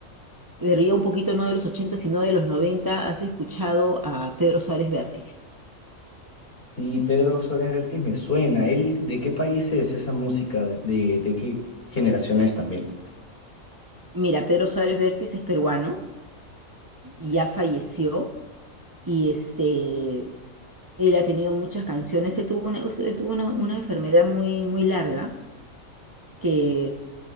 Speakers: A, on the right; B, on the left.
A: pero ya un poquito no de los 80 sino de los 90. has escuchado a Pedro Suárez Vértiz.
B: Sí, Pedro Suárez Vértiz me suena. ¿Él de qué país es esa música? ¿De, de qué generación es también?
A: Mira, Pedro Suárez Vértiz es peruano, y ya falleció y este, él ha tenido muchas canciones. Él tuvo una, él tuvo una, una enfermedad muy, muy larga que